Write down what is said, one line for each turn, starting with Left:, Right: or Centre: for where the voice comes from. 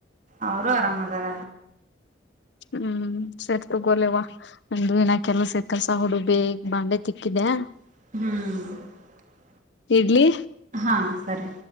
Right: ಅವರು ಆರಾಮ್ ಆದಾರ
Left: ಹ್ಮ್ ಸೇರ್ ತಗೋಳವ ಒಂದು ಕೆಲಸ ಸೇರ್ಕಲ್ಸ ಹುಡುಗಿ ಬಾಂಡೆ ತಿಕ್ಕಿದೆ
Right: ಹ್ಮ್
Left: ಇಡ್ಲಿ
Right: ಹಾಂ ಸರಿ